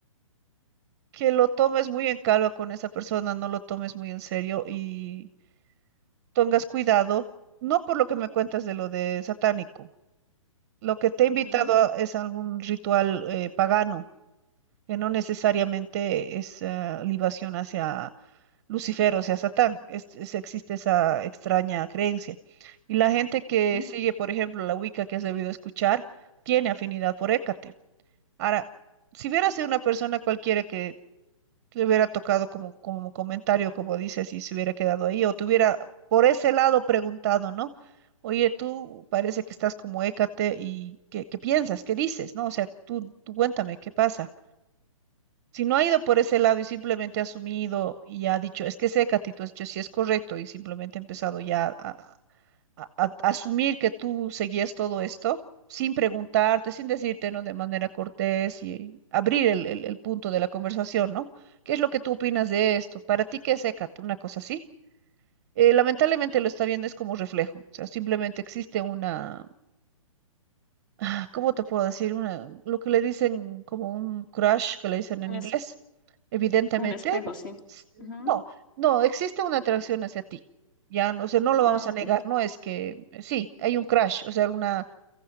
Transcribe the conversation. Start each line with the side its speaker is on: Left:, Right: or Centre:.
Right: que lo tomes muy en calma con esa persona, no lo tomes muy en serio y tengas cuidado, no por lo que me cuentas de lo de satánico, lo que te he invitado
Left: Ajá.
Right: a- es algún ritual eh, pagano. que no necesariamente es eh, libación hacia Lucifer o sea Satán. Es- es- existe esa extraña creencia. Y la gente que
Left: ujú.
Right: sigue, por ejemplo, la Wicca que has debido escuchar, tiene afinidad por Hécate. Ahora, si hubiera sido una persona cualquiera que te hubiera tocado como, como comentario, como dices, y se hubiera quedado ahí, o te hubiera por ese lado preguntado, ¿no? Oye, tú parece que estás como Hécate y ¿qué, qué piensas? ¿Qué dices? ¿No? O sea, tú, tú cuéntame, ¿qué pasa? Si no ha ido por ese lado y simplemente ha asumido y ha dicho, es que seca, tú has dicho, sí es correcto, y simplemente ha empezado ya a, a- a- a asumir que tú seguías todo esto, sin preguntarte, sin decirte, ¿no? De manera cortés y abrir el, el- el punto de la conversación, ¿no? ¿Qué es lo que tú opinas de esto? ¿Para ti qué es Hécate? Una cosa así. Eh, lamentablemente lo está viendo es como reflejo, o sea, simplemente existe una ah, ¿Cómo te puedo decir? Una, lo que le dicen como un crush, que le dicen en
Left: Un
Right: inglés.
Left: es-
Right: Evidentemente,
Left: como un espejo, sí.
Right: s-
Left: Ujú.
Right: no, no, existe una atracción hacia ti. Ya, no, o sea, no lo vamos
Left: Ah,
Right: a
Left: ok,
Right: negar, no es que sí, hay un crush, o sea, una,